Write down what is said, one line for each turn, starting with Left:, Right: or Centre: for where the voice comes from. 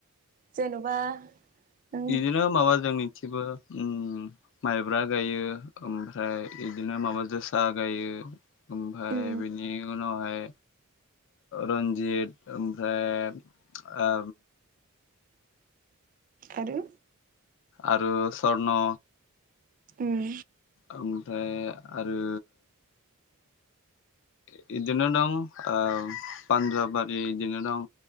Right: जेन'बा नों
Left: बिदिनो माबा जोंनि गासिबो ओम, माइब्रा गायो ओमफ्राय बिदिनो माबा जोसा गायो। ओमफ्राय
Right: उम
Left: बेनि उनावहाय रन्जित, ओमफ्राय ओ
Right: आरो
Left: आरो सरन'
Right: उम।
Left: ओमफ्राय आरो बिदिनो दं। ओ पान्जाबारि बिदिनो दं।